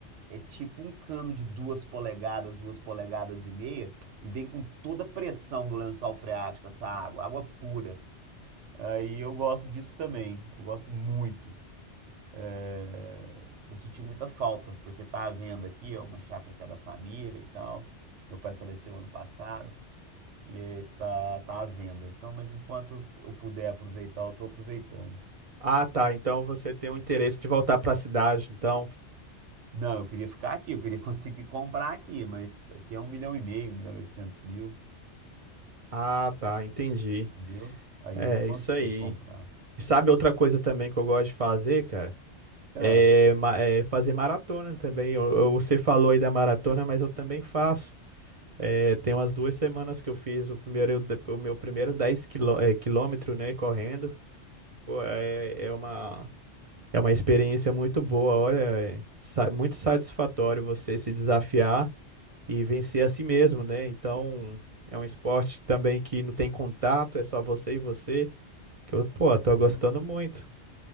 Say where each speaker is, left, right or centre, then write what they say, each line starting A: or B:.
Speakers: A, on the right; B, on the right.
A: É tipo um cano de duas polegadas, duas polegadas e meia, e vem com toda a pressão do lençol freático, essa água, água pura. Aí eu gosto disso também, eu gosto muito. É, Vou sentir muita falta, porque tá à venda aqui, é uma chácara que é da família e tal. Meu pai faleceu ano passado, e aí tá, tá à venda. Então, mas enquanto eu puder aproveitar, eu tô aproveitando.
B: Ah, tá. Então você tem um interesse de voltar para a cidade, então.
A: Não, eu queria ficar aqui, eu queria <laughs> conseguir comprar aqui, mas aqui é um milhão e meio, um milhão e oitocentos mil.
B: Ah, tá, entendi.
A: entendeu? Aí
B: É
A: eu não consigo
B: isso aí.
A: comprar.
B: Sabe outra coisa também que eu gosto de fazer, cara? É,
A: Ah,
B: ma- é fazer maratona também. Eu, eu- você falou aí da maratona, mas eu também faço. É, tem umas duas semanas que eu fiz o primeiro, o meu primeiro dez quilô, é, quilômetro, né, correndo. Pô, é, é uma, é uma experiência muito boa. Olha, é sa- muito satisfatório você se desafiar. e vencer a si mesmo, né? Então, é um esporte também que não tem contato, é só você e você, que eu, pô, tô
A: uhum.
B: gostando muito.